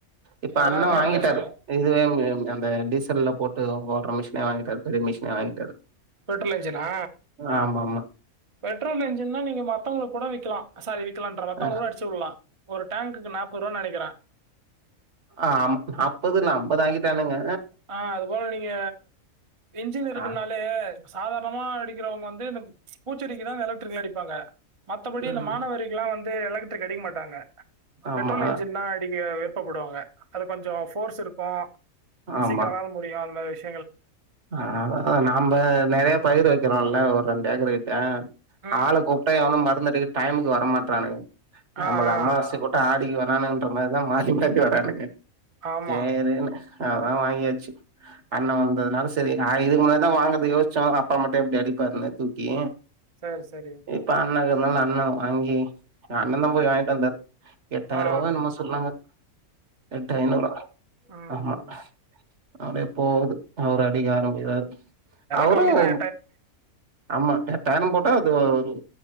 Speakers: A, on the right; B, on the right.
A: இப்ப
B: எல்லாருமே
A: அண்ணே வாங்கிட்டாரு
B: அப்படிதான் செய்றாங்க.
A: இதுவே இங்க அந்த டீசல்ல போட்டு ஓட்ற மிஷினே வாங்கிட்டாரு பெரிய மிஷினே வாங்கிட்டாரு
B: பெட்ரோல் இன்ஜினா
A: ஆமாம்
B: பெட்ரோல் என்ஜின்னா நீங்க மத்தவங்களுக்கு கூட விக்கலா சாரி விக்கலான்றே மத்தவுங்க
A: ஆ
B: கூட அடிச்சு விட் ல்லா ஒரு டேங்க்குக்கு நாப்பேர் ரூவான் நெனக்கிறே
A: அம் நாப்பது இல்ல ஐம்பது ஆக்கிட்டானுங்க
B: ஆ அது போல நீங்க என்ஜின் இருக்குனாலே
A: ஆ
B: சாதாரணமா அடிக்கிறவுங்க வந்து அந் பூச்செடிக்கு தா எலக்ட்ரிகல் அடிப்பாங்க மத்தபடி
A: ம்
B: இந்த மாணவரிக்கில்லா வந்து எலக்டரிக் அடிக்க மாட் டாங்க
A: ஆமா
B: பெட்ரோல் இன்ஜின்தா அடிக்க விருப்பப் படுவாங்க அது கொஞ்சோ போர்ஸ் இருக்கு
A: ஆமா
B: சீக்ரோ வேல முடியு அ மாரி விஷ்
A: அதா அதா நம்ப நெறையா பயிர் வைக்கிறோல்ல ஒரு ரெண்டு ஏக்கரு கிட்ட
B: ம்.
A: ஆள கூப்ட்டா எவனு மறந்தடிக்க டைமுக்கு வர மாட்றானுங்க நம்க்கு
B: ஆ, ஆ.
A: அம்மாவாசை கூட் ட்ட ஆடிக்கு வரானுங்குன்ற மாரிதா மாரி மாரி வரானுங்க
B: ஆமா.
A: சேரின்னு ஆ அதா வாங்கியாச்சு அண்ண வந்ததுனால செரி நா இதுக்கு முன்னாடி தா வாங்கற்துக்கு யோச்சோ அதா அப்பா மட்டு எப்டி அடிப்பாருன்னு தூக்கி
B: சேர் சரி
A: இப்ப அண்ணே இருக்குறனால அண்ணே வாங்கி எங்க அண்ண தா போய் வாங்கிட்டு வந்தாரு எட்டாயிர்
B: ஆ.
A: ரூவாவோ என்னமோ சொல்றாங்க எட்டு ஐநூறா
B: ம்,
A: ஆமா
B: ம்.
A: அப்டியே போகுது அவரு அடிக்க ஆரம்பிக்கிறார்
B: வெல
A: அவரும்
B: கம்மி தான்
A: ஆமா எட்டாயிரோ போட்டா அது வரு